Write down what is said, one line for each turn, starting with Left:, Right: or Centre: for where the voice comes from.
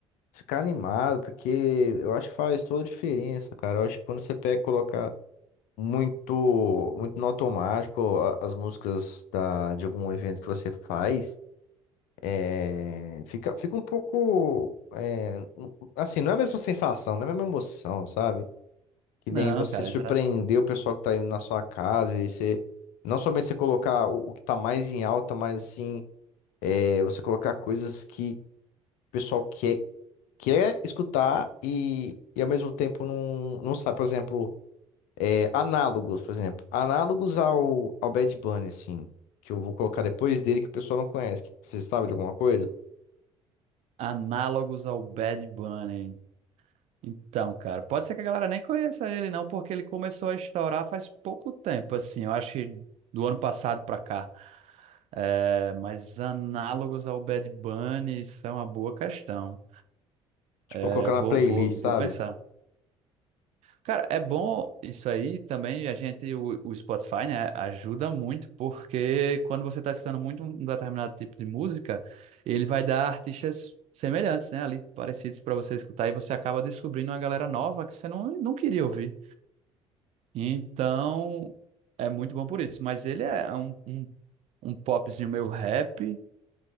Left: ficar animado, porque eu acho que faz toda a diferença, cara. Eu acho que quando você pega e coloca muito, muito no automático a- as músicas da, de algum evento que você faz. É, fica, fica um pouco. é, um, assim, não é a mesma sensação, não é a mesma emoção, sabe? Que nem
Right: Não,
Left: você
Right: cara,
Left: surpreender
Right: eles a-
Left: o pessoal que tá indo na sua casa e você. Não somente você colocar o, o que tá mais em alta, mas assim, é, você colocar coisas que o pessoal quer, quer escutar e, e ao mesmo tempo não, não sabe. Por exemplo, é, análogos, por exemplo. Análogos ao, ao Bad Bunny, assim, que eu vou colocar depois dele que o pessoal não conhece. que Você sabe de alguma coisa?
Right: análogos ao Bad Bunny. Então, cara, pode ser que a galera nem conheça ele, não, porque ele começou a estourar faz pouco tempo, assim, eu acho que do ano passado pra cá. É, mas análogos ao Bad Bunny são uma boa questão.
Left: Tipo,
Right: É,
Left: eu vou colocar
Right: vou,
Left: na playlist,
Right: vou, vou
Left: sabe?
Right: pensar. Cara, é bom isso aí também. A gente, o, o Spotify, né, ajuda muito, porque quando você está escutando muito um determinado tipo de música, ele vai dar artistas semelhantes, né, ali, parecidos para você escutar, e você acaba descobrindo uma galera nova que você não, não queria ouvir. Então, é muito bom por isso. Mas ele é um, um, um popzinho meio rap,